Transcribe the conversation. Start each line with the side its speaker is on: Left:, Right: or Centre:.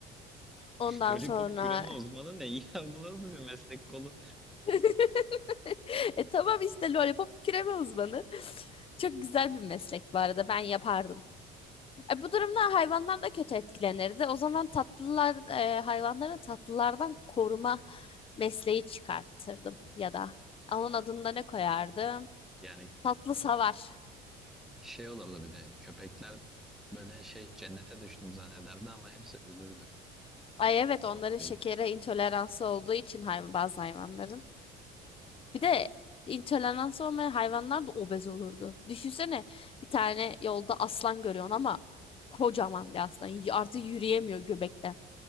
Left: Ondan
Centre: Lollipop
Left: sonra
Centre: küreme uzmanı ne iyi aldı nasıl bir meslek kolu.
Left: <laughs> E tamam işte lollipop küreme uzmanı. Çok güzel bir meslek bu arada ben yapardım. E, bu durumda hayvanlar da kötü etkilenirdi. O zaman tatlılar e, hayvanları tatlılardan koruma mesleği çıkartırdım ya da. Onun adını da ne koyardım?
Centre: Yani
Left: Tatlı savar.
Centre: şey olurdu bir de köpekler böyle şey cennete düştüm zannederdi ama hepsi ölürdü
Left: Ay evet onların
Centre: tatlıyı.
Left: şekere intoleransı olduğu için hay- bazı hayvanların. Bir de intolerans olmayan hayvanlar da obez olurdu. Düşünsene bir tane yolda aslan görüyorsun ama kocaman bir aslan. Y- Artık yürüyemiyor göbekten.